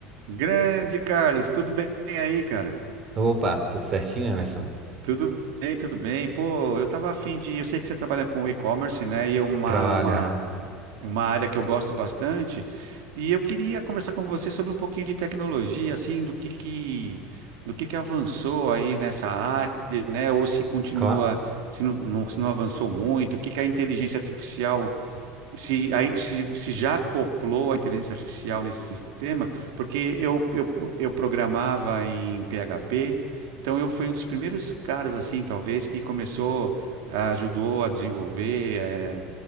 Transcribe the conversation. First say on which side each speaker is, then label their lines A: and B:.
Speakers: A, on the right; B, on the right.
A: Grande Carlos, tudo bem aí, cara?
B: Opa, tudo certinho, Emerson?
A: Tudo bem, tudo bem. Pô, eu tava afim de. Eu sei que você trabalha com e-commerce, né? E é uma,
B: Trabalho,
A: uma,
B: aham.
A: uma área que eu gosto bastante. E eu queria conversar com você sobre um pouquinho de tecnologia, assim, do que que, do que que avançou aí nessa área, né? Ou se continua,
B: Cla-
A: se não, não- se não avançou muito, o que que é a inteligência artificial se, aí, se, se já acoplou a inteligência artificial nesse sistema, porque eu, eu, eu- eu programava em PHP, então eu fui um dos primeiros caras, assim, talvez, que começou, ah, ajudou a desenvolver, eh,